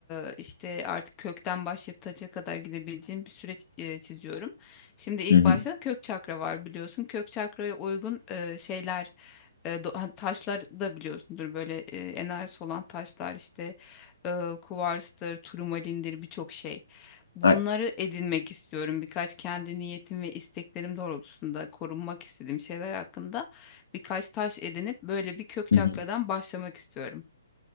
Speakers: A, on the left; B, on the left.
A: e, işte artık kökten başlayıp taca kadar gidebileceğim bir süreç e, çiziyorum. Şimdi ilk
B: Hı hı.
A: başta kök çakra var biliyorsun. Kök çakraya uygun e, şeyler e, do- hani taşlar da biliyorsundur böyle e, enerjisi olan taşlar işte e, kuvarstır, turmalindir birçok şey. Bunları
B: Ay,
A: edinmek istiyorum. Birkaç kendi niyetim ve isteklerim doğrultusunda korunmak istediğim şeyler hakkında birkaç taş edinip böyle bir kök
B: hı
A: çakradan
B: hı.
A: başlamak istiyorum.